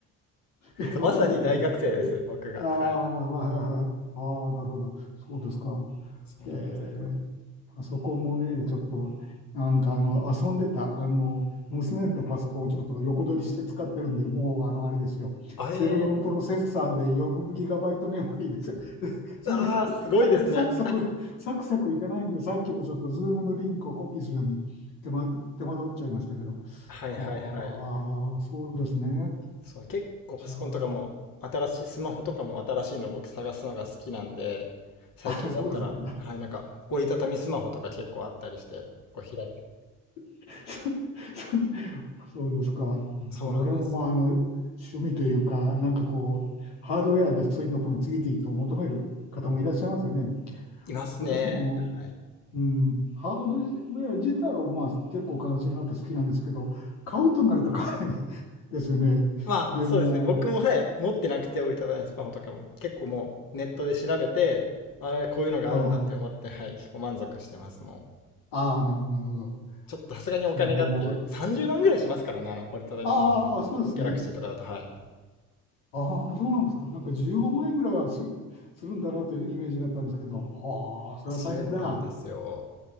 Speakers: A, on the left (about 80°); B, on the left (about 45°).
A: えご存知ないでしょ。
B: そう、まさに大学生です、
A: え
B: 僕が。
A: ああ、
B: はい。
A: はいはいはい。ああ、なるほど。そうですか。
B: そうなんですよ。
A: へえパソコンもね、ちょっと、なんかあの、遊んでた、あの、娘のパソコンをちょっと横取りして使ってるんで、もう、あの、あれですよ、
B: あ、
A: セルロンプロセッサーで
B: え
A: 4GB メモリーですよ。<laughs> それで、
B: ー、あーすごいですね。
A: サクサク、サクサクサクいかないんで、さっきもちょっと、ズームのリンクをコピーするのに手間、手間取っちゃいましたけど、
B: はいはいはい。
A: はあ、そうですね。
B: そう、結構パソコンとかも新しい、
A: じゃあ、
B: スマホとかも新しいの僕探すのが好きなんで、最近だったら、
A: あ、そうですね。
B: はい、なんか折りたたみスマホとか結構あったりして、こう開いて。
A: <laughs> そうそうそうですか。
B: そうなんですよ。
A: そう俺もまあ、あの、趣味というか、なんかこう、ハードウェアでそういうのを次々と求める方もいらっしゃいますよね。
B: いますね。
A: 私も、
B: はい。
A: うん、ハードウェア自体はまあ結構関心があって好きなんですけど、買うとなるとかなり <laughs> ですよね。
B: まあ、
A: でも、
B: そうですね。僕も、はい、持ってなくて折りたたみスマホとかも結構もうネットで調べて、ああ、こういうのがあるんだって思って、
A: あ
B: はい、結構満足してます、もう。
A: あ、ああ、なるほど、なるほど。
B: ちょっとさすがにお金がっていう、
A: スマホも、
B: 30万ぐらいしますからね、あの折りたたみスマホの。
A: ああ、
B: ギ
A: そうですね。
B: ャラクシーとかだと、はい。
A: ああ、そうなんですか。なんか15万円ぐらいはす、するんだなというイメージがあったんですけど、はあ、それは大変だ。
B: そうなんですよ。